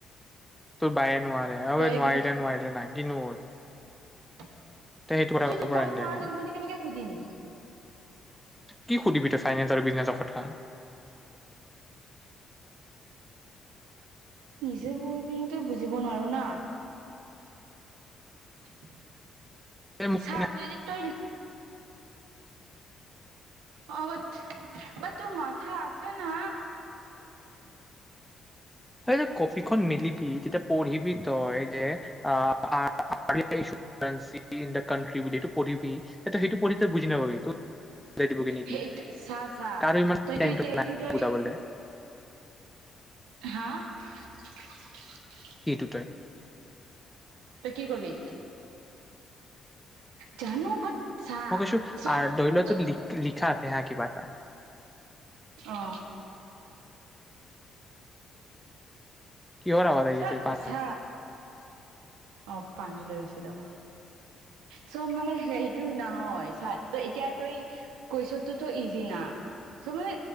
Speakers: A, in the centre; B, on the right (about 80°).
A: তোৰ বায়ে নোৱাৰে হব
B: তইয়ে
A: নোৱাৰিলে
B: কিবা
A: নোৱাৰিলে নাই কিনো হ'ল।
B: সেইটোতো
A: তই সেইটো কথা ক'ব পৰা
B: তাই
A: নিদিয়া
B: নোৱাৰে
A: আকৌ
B: যদি মই কেনেকে কদিন
A: কি ক'ত সুধিবি তই ফাইনেন্স আৰু বিজনেছৰ কথা
B: যিবোৰ কিনু তই বুজিব নোৱাৰ না <unintelligible>
A: এই মোক
B: চাহ তই যে তই। অলপ বাত টোৰ মাথা আছে না
A: হয় কপিখন মেলিবি তেতিয়া পঢ়িবি তই যে আ <unintelligible> পঢ়িবি সেইটো পৰীক্ষাত বুজি নাপাবি। বুজাই দিবগে নেকি
B: সেইটো চাহ চাহ
A: কাৰো ইমান
B: তইতো
A: টাইমটো
B: এতিয়া এইটো
A: নাই
B: তই
A: বুজাবলে
B: হা <unintelligible>
A: সেইটোৱে
B: তই কি কলি। জানো বচ চা
A: মই কৈছো
B: চবটো।
A: আ ধৰি লোৱা তোৰ লিখা আছে হা কিবা এটা
B: অ
A: কি আৱজা আহিছে
B: চা
A: তাত
B: চা অ পানী লৈ আছ তোমাৰ চব মানে হেটো নহয় চা এতিয়া তই কৈছো ত ইজি না চা মানে